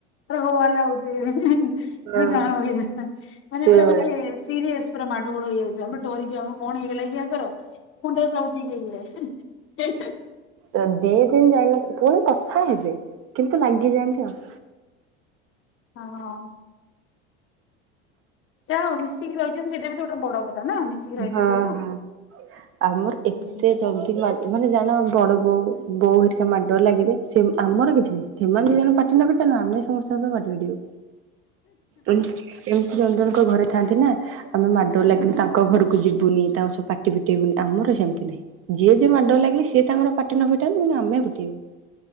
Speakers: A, on the left (about 35°); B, on the right (about 40°).
A: ପୁରା ହୋ ହାଲା ହଉଥିବେ
B: ହଁ
A: ଗାଁ ଭଳିଆ ମାନେ
B: ସେଇଭଳିଆ।
A: ପୁରା ମାନେ ସିରିଏସ ପୁରା ମାଡୋ ଗୋଳ ହେଇଯାଉଛି ଆମେ ଡରିଯାଉ ଆମ କଣ ହେଇଗଲାକି ଆଙ୍କର? ହୁ ତ ସଉଠି ହେଇ ଯାଏ।
B: ତ ଦି ଦିନ ଯାଇନ ପୁଣି କଥା ହେବେ କିନ୍ତୁ ଲାଗିଯାଆନ୍ତି ଆଉ।
A: ହଁ। ଯାହା ହଉ ମିଶିକି ରହିଛନ୍ତି ସେଇଟା ବି ତ ଗୋଟେ ବଡ କଥା। ନା ମିଶିକି ରହିଛ
B: ହଁ
A: ସବୁ।
B: ହଁ ଆମର ଏତେ
A: ହୁଁ
B: ସେମତି ମାନେ ଜାଣ ବଡ ବୋଉ ବୋଉ ହେରିକା ମାଡର ଲାଗିବେ ସେ ଆମର କିଛି ନାହିଁ। ସେମାନେ ଦି ଜଣ ପାଟି ନ ଫିଟାନ୍ତୁ ଆମେ ସମସ୍ତଙ୍କ ସହ ପାଟି ଫିଟେଇବୁ। ଏତି ଏମିତି ଜଣ ଜଣଙ୍କ ଘରେ ଥାଆନ୍ତି ନା ଆମେ ମାଡର
A: ଆଚ୍ଛା।
B: ଲାଗିଲୁ ତାଙ୍କ ତାଙ୍କ ଘରକୁ ଯୁବୁନି ତାଙ୍କ ସହ ପାଟି ଫିଟେଇବୁନି ଆମର ସେମିତି ନାହିଁ। ଯିଏ ଯିଏ ମାଡ ଲାଗିଲେ ସିଏ ତାଙ୍କର ପାଟି ନ ଫିଟାନ୍ତୁ କିନ୍ତୁ ଆମେ ଫିଟେଇବୁ।